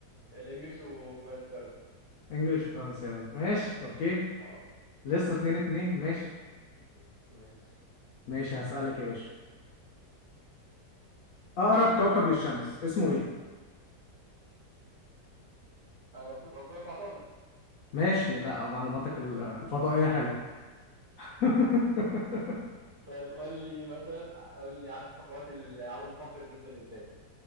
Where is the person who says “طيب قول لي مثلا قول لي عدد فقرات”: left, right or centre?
Right